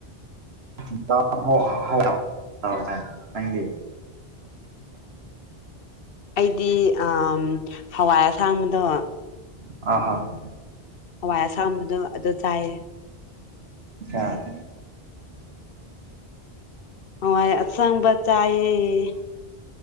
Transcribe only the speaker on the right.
<unintelligible> ꯊꯥꯎ ꯆꯥꯏ ꯅꯪꯗꯤ
ꯑꯍꯥ
ꯆꯥ